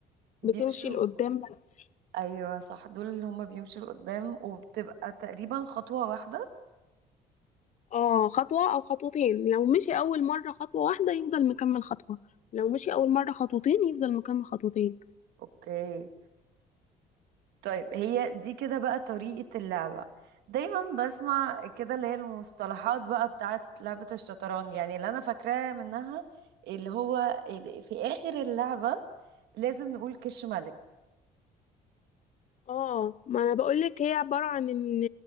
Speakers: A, on the right; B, on the left.
A: بيمشوا
B: بتمشي لقدام بس
A: ايوه صح دول اللي هما بيمشوا لقدام وبتبقى تقريبا خطوة واحدة
B: اه خطوة او خطوتين لو مشي اول مرة خطوة واحدة يفضل مكمل خطوة لو مشي اول مرة خطوتين يفضل مكمل خطوتين
A: اوكي طيب هي دي كده بقى طريقة اللعبة دايما بسمع كده اللي هي المصطلحات بقى بتاعت لعبة الشطرنج يعني اللي انا فاكراه منها اللي هو في اخر اللعبة لازم نقول كش ملك
B: اه ما انا بقولك هي عبارة عن ان